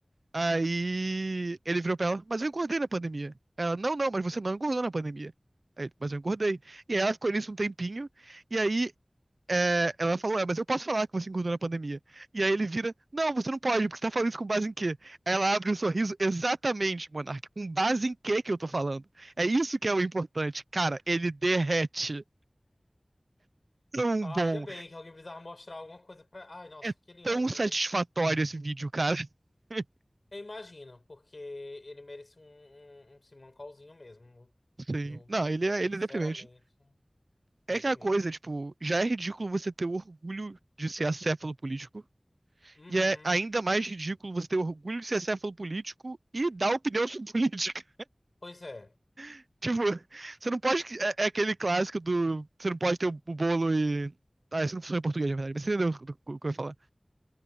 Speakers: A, on the right; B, on the left.
A: Aí ele virou pra ela, mas eu engordei na pandemia. Ela, não, não, mas você não engordou na pandemia. Aí ele, mas eu engordei. E aí ela ficou nisso um tempinho. E aí é, ela falou, é, mas eu posso falar que você engordou na pandemia. E aí ele vira, não, você não pode, porque você tá falando isso com base em quê? Aí ela abre um sorriso, exatamente, Monark, com base em quê que eu tô falando? É isso que é o importante. Cara, ele derrete. Tão
B: Ah,
A: bom.
B: ainda bem que alguém precisava mostrar alguma coisa pra. Ai, nossa,
A: É
B: aquele
A: tão
B: homem.
A: satisfatório esse vídeo, cara. <laughs>
B: Eu imagino, porque ele merece um, um, um Simancolzinho mesmo,
A: Sim.
B: meu.
A: Não, ele é, ele
B: Sinceramente,
A: é deprimente.
B: deprimente.
A: É aquela coisa, tipo, já é ridículo você ter orgulho de ser acéfalo político.
B: Uhum.
A: E é ainda mais ridículo você ter orgulho de ser acéfalo político e dar opinião sobre <laughs> política.
B: Pois é.
A: <laughs> Tipo, você não pode. É, é aquele clássico do. Você não pode ter o, o bolo e. Ah, isso não funciona em português, na verdade, mas você entendeu o que o que eu ia falar.